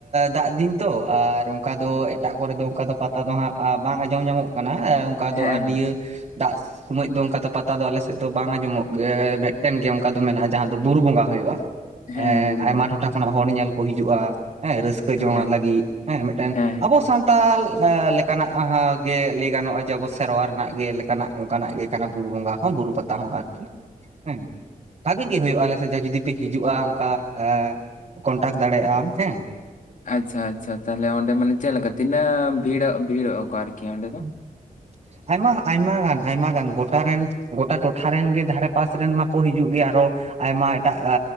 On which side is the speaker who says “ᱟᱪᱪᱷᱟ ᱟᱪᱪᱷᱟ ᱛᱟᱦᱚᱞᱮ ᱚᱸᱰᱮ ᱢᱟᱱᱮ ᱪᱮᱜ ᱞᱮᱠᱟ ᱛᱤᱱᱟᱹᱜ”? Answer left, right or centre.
Left